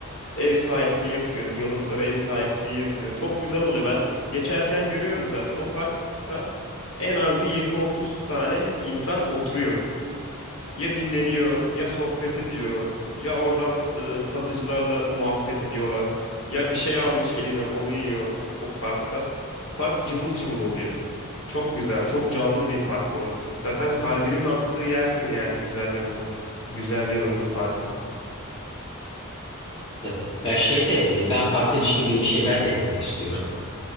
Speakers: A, on the left; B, on the left.
A: ev sahipliği yapıyor, diyaloglara ev sahipliği yapıyor. Çok güzel oluyor. Ben geçerken görüyorum zaten o parkta en az bir 20-30 tane insan oturuyor. Ya dinleniyor, ya sohbet ediyor, ya oradan e, satıcılarla muhabbet ediyorlar. Ya bir şey almış eline onu yiyor o, o parkta. Park cıvıl cıvıl oluyor. Çok güzel, çok canlı bir park orası. Zaten kalbinin attığı yerdir yani güzel yanın o. Güzel Yalı'nın parkı.
B: Evet. Ya şeyde e, ben parka ilişkin bir iki şey ben de eklemek istiyorum.